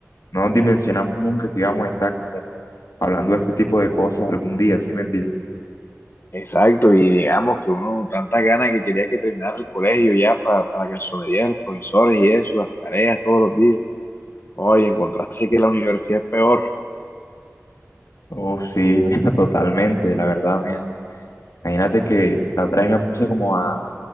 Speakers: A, on the left; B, on the left.
A: No dimensionamos nunca que íbamos a estar como hablando de este tipo de cosas algún día, ¿sí me entiendes?
B: exacto, y digamos que uno, tantas ganas que quería que terminara el colegio ya para, para la cansonería de los profesores y eso, las tareas todos los días. Oye, encontrarse que la universidad es peor.
A: Oh, sí, <laughs> mira, totalmente, la verdad, mira. Imagínate que la otra vez me puse como a,